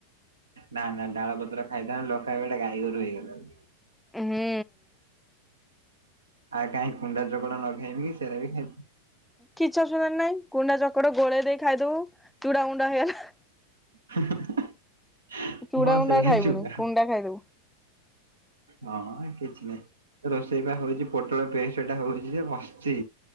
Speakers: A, on the right (about 75°); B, in the centre.
A: ନା ନା ଡାଳ ପତ୍ର ଖାଇଥାନ୍ତି ଲୋକ <unintelligible> ଗାଈଗୋରୁ ହେଇଗଲାଣି।
B: ହୁଁ।
A: ଆଉ କାହିଁ କୁଣ୍ଡା ଜୋକଡ଼ ନ ଖାଇବି କି ସେଇଟା ବି ଖାଇଛି?
B: କିଛି ଅସୁବିଧା ନାଇଁ କୁଣ୍ଡା ଚକଡ଼ ଗୋଳେଇ ଦେଇ ଖାଇଦବୁ ଚୁଡାଗୁଣ୍ଡ ହେଇଗଲା ହା।
A: ହେଁ ହେ
B: ଚୁଡା
A: ହଁ
B: ଗୁଣ୍ଡା
A: ସେୟା
B: ଆଉ ଖାଇବୁନି
A: ଚୂଡ଼ା।
B: କୁଣ୍ଡା ଖାଇଦବୁ।
A: ହଁ କିଛି ନାହିଁ ରୋଷେଇ ବା ହଉଛି ପୋଟଳ ପେଷ୍ଟ ଟା ହଉଛି ଯେ ବସିଛି।